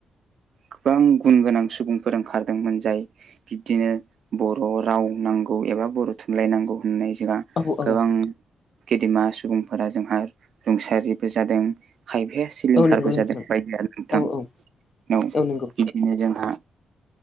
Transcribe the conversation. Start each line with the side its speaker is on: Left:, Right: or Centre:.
Right: गोबां गुन गोनां सुबुंफोर ओंखारदोंमोन जाय बिब्दिनो बर' राव नांगौ एबा बर' थुनलाइ नांगौ होननाय जोंहा
Left: औ औ
Right: गोबां गेदेमा सुबुंफोरा जोंहा रुंसारिबो जादों। खायफाया सिलिंखारबो
Left: औ नंगौ नोंथां
Right: जादों बायदिया नोंथां
Left: औ औ
Right: औ
Left: नंगौ
Right: बिदि। बिदिनो जोंहा